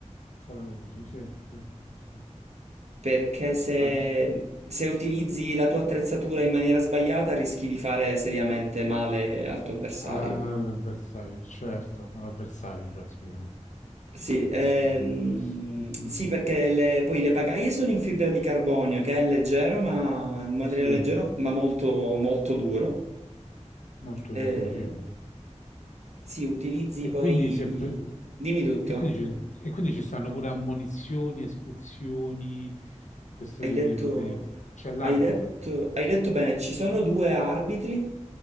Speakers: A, on the left; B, on the right.
A: fallosi, sì, sì, sì, sì, sì.
B: perché se,
A: Anzi,
B: se utilizzi la tua attrezzatura in maniera sbagliata rischi di fare seriamente male al tuo avversario.
A: alla- all'avversario, certo, all'avversario, cioè, scusami,
B: Sì,
A: all'avversario.
B: ehm,
A: Mhm.
B: sì, perché le- poi le pagaie sono in fibra di carbonio, che è leggero, ma è un materiale
A: Sì,
B: leggero, ma molto, molto duro.
A: molto
B: Eh,
A: duro, sì.
B: sì, utilizzi
A: E
B: poi...
A: quindi, se pre-
B: Dimmi tutto.
A: e quindi ci e quindi ci stanno pure ammonizioni, espulsioni, questo
B: Hai
A: tipo
B: detto,
A: di provvedimenti. C'è l'arbitro
B: hai detto,
A: comunque.
B: hai detto bene, ci sono due arbitri